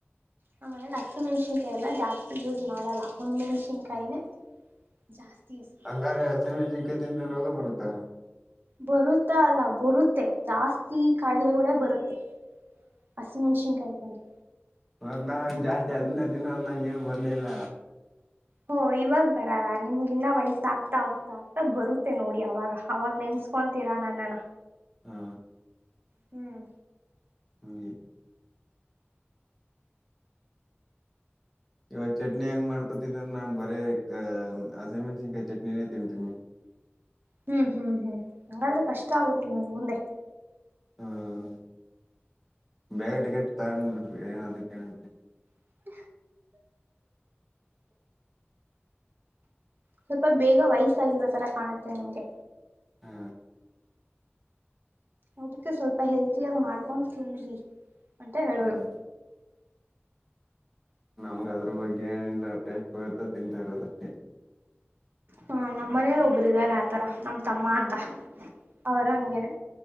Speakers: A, on the right; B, in the centre.
A: ನಮ್ ಮನೇಲಿ ಹಸಿ ಮೆಣ್ಸಿನ್ಕಾಯಿ ಎಲ್ಲಾ ಜಾಸ್ತಿ ಯೂಸ್ ಮಾಡಲ್ಲ ಒಣ್ ಮೆಣ್ಸಿನ್ಕಾಯಿನೆ ಜಾಸ್ತಿ ಯೂಸ್ ಮಾಡೋದು
B: ಹಂಗಾರೆ ಹಸಿಮೆಣಸಿನಕಾಯಿ ತಿಂದ್ರೆ ರೋಗ ಬರುತ್ತಾ
A: ಬರುತ್ತಾ ಅಲ್ಲ ಬರುತ್ತೆ ಜಾಸ್ತಿ ಕಾಯಿಲೆಗಳೆ ಬರುತ್ತೆ ಹಸಿ ಮೆಣಸಿನಕಾಯಿ ತಿಂದ್ರೆ
B: ಅವನ ಜಾಸ್ತಿ ಅದನ್ನೇ ತಿನ್ನೋದು ನಂಗೆ ಏನು ಬರ್ಲಿಲ
A: ಹೋ ಇವಾಗ್ ಬರಲ್ಲ ನಿಮ್ಗ ಇನ್ನ ವಯಸ್ಸ ಆಗ್ತಾ ಆಗ್ತಾ ಆಗ್ತಾ ಬರುತ್ತೆ ನೋಡಿ ಅವಾಗ ಅವಾಗ ನೆನ್ಸ ಸ್ಕೊತೀರಾ ನನ್ನನ
B: ಹಾ
A: ಹ್ಮ್
B: ಹಂಗೆ ಇವಾಗ ಚಟ್ನಿ ಹೆಂಗ್ ಮಾಡ್ಕೊತಿದ್ರ ನಮ್ ಬರೇ ಕ ಹಸಿಮೆಣಸಿನಕಾಯಿ ಚಟ್ನನೆ ತಿನ್ನತಿನಿ
A: ಹ್ಮ್ ಹ್ಮ್ ಹ್ಮ್ ಹಂಗಾದ್ರೆ ಕಷ್ಟ ಆಗುದು ನಿಮಗೆ ಮುಂದೆ
B: ಹ್ಮ್ ಬೇಗ ಟಿಕೆಟ್ ತಕಂಡ್ ಬಿಟ್ರೆ ಏನ ಅದಕ್ಕೇನಂತೆ
A: <inaudible> ಸ್ವಲ್ಪ ಬೇಗ ವಯಸ್ಸಾಗಿರೋ ತರ ಕಾಣುತ್ತೆ ನಿಮ್ಗೆ
B: ಹಾ
A: ಅದಕ್ಕೆ ಸ್ವಲ್ಪ ಹೆಲ್ತಿಯಾಗಿ ಮಾಡ್ಕೊಂಡ್ ತಿನ್ರಿ ಅಂತ ಹೇಳೋದು
B: ಹ್ಮ್ ನಮ್ಗೆ ಅದ್ರ ಬಗ್ಗೆ ಏನಿಲ್ಲ ಟೇಸ್ಟ್ ಕೊತಾ ತಿಂತಾ ಇರೋದಷ್ಟಕ್ಕೆ
A: ಹಾ ನಮ್ಮ ಮನೇಲಿ ಒಬ್ಬರು ಇದಾರೆ ಆತರ ನಮ್ ತಮ್ಮ ಅಂತ ಅವರು ಹಂಗೇನೆ